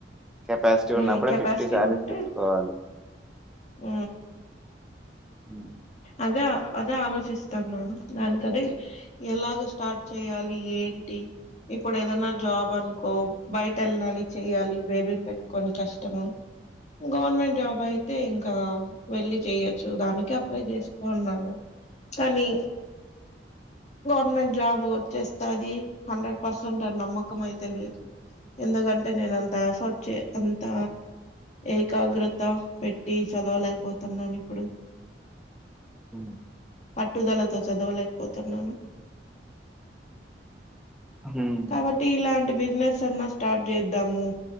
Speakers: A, in the centre; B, on the left.
A: కెపాసిటీ
B: మ్
A: ఉన్నప్పుడ్
B: కెపాసిటీ
A: ఫిఫ్టీ సారీస్
B: ఉంటే
A: తెచ్చుకోవాలి
B: మ్
A: ఉ <inaudible>
B: అదే అదే ఆలోచిస్తున్నాను దానికి అదే ఎలాగ స్టార్ట్ చెయ్యాలి ఏంటి ఇప్పుడు ఏదన్న జాబ్ అనుకో బయట ఎళ్ళాలి చేయ్యాలి బేబిని పెట్టుకోని కష్టము గవర్మెంట్ జాబ్ అయితే ఇంకా వెళ్ళి చేయొచ్చు దానికి అప్లై చేసుకున్నా గ కనీ గవర్నమెంట్ జాబ్ వచ్చేస్తది హండ్రెడ్ పర్సెంట్ అని నమ్మకం అయితే లేదు ఎందుకంటే నేను అంత అఫోర్ట్ చే అంత ఏకాగ్రత పెట్టి చదవలేకపోతున్నాను ఇప్పుడు
A: ఉమ్
B: పట్టుదలతో చదవలేకపోతున్నాను
A: హ్మ్.
B: కాబట్టి ఇలాంటి బిజినెస్ అన్న స్టార్ట్ చేద్దాము